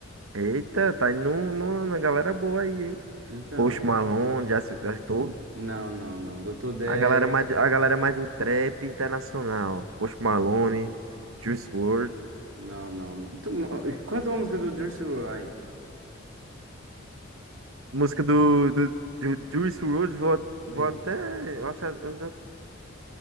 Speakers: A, on the right (about 85°); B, on the right (about 70°).
A: Eita, tá indo no, no- na galera boa aí, hein?
B: Então,
A: Post
B: yeah.
A: Malone, já estou
B: Não, não, não. doutor Derry
A: A galera mais, a galera mais do trap internacional. Post Malone, Juice WRLD.
B: Não, não, não. Tu, quanto a música do Juice WRLD aí?
A: Música do, do, do Juice WRLD, vou, vou
B: Sim.
A: até. Eu acho, eu vou,